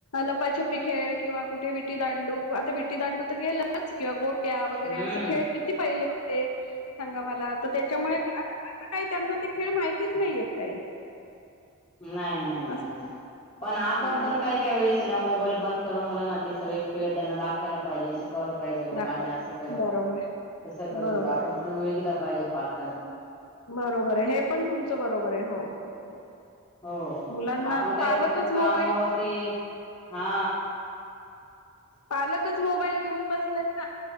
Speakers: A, on the left; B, on the left.
A: लपाछपी खेळ किंवा कुठे विटी दांडू आता विटी दांडू तर गेलच किंवा गो त्या् वगैरे
B: हम्म
A: असं खेळ किती पहिले होते सांगा मला तर त्याच्यामुळे का असं काही त्यांना ते खेळ माहितीच नाहीयेत. काही
B: नाही नाही नाही
A: असं
B: नाही पण आपण
A: हा
B: पण काय काय वेळेत त्यांना मोबाईल बंद करून मुलांना सगळे खेळ त्यांना दाखवायला पाहिजे. कवल पाहिजे बाबा
A: दाखवा
B: आम्ही अस करत होतो.
A: बरोबर
B: तस करत
A: बरोबर
B: होतो. आपण पण वेळ दिला पाहिजे पालका
A: बरोबर आहे हे पण तुमचं बरोबर आहे हो हो हो
B: हो
A: मुलांना
B: आपण काय
A: पालकच
B: करतो. कामावरती
A: मोबाईल
B: हा
A: पालकच मोबाईल घेऊन बसले ना